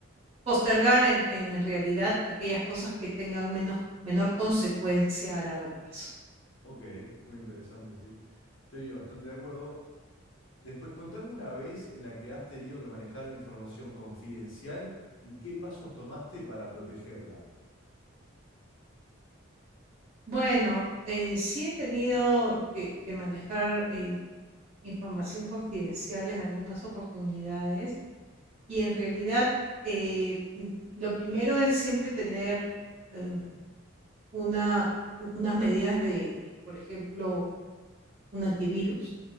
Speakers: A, on the right; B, on the left.
A: postergar en, en realidad aquellas cosas que tengan menos, menor consecuencia a largo plazo.
B: Ok, muy interesante, sí. Estoy bastante de acuerdo. Después, contame una vez en la que has tenido que manejar información confidencial y qué pasos tomaste para protegerla.
A: Bueno, eh, sí he tenido que, que manejar eh, información confidencial en algunas oportunidades y en realidad eh, mm, lo primero es siempre tener eh, una, u- unas medidas de, por ejemplo, un antivirus,